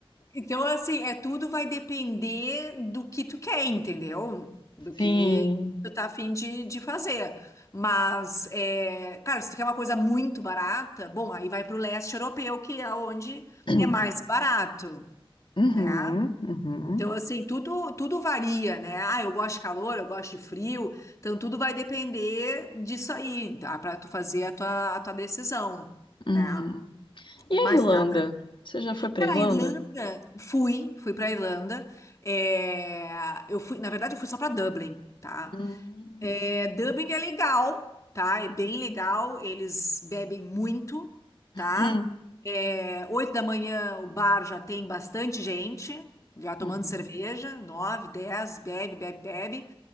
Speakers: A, on the left; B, on the left.
A: Então, assim, é tudo vai depender do que tu quer, entendeu? Do
B: Sim.
A: que tu tá afim de, de fazer. Mas, é, cara, se tu quer uma coisa muito barata, bom, aí vai pro leste europeu, que é onde
B: <clears throat>
A: é mais barato,
B: Uhum,
A: né?
B: uhum,
A: Então, assim, tudo, tudo varia, né? Ah, eu gosto de calor, eu gosto de frio. Então, tudo vai depender disso aí, tá? Pra tu fazer a tua, a tua decisão,
B: uhum.
A: né?
B: E
A: Mas
B: a Irlanda?
A: dá, pra,
B: Você já foi pra
A: Cara,
B: Irlanda?
A: a Irlanda, fui, fui pra Irlanda. É, eu fui, na verdade, eu fui só pra Dublin, tá?
B: Hum,
A: É, Dublin é legal, tá? É bem legal. Eles bebem muito, tá?
B: Uhum.
A: É, oito da manhã o bar já tem bastante gente, já tomando
B: uhum.
A: cerveja. Nove, dez, bebe, bebe, bebe.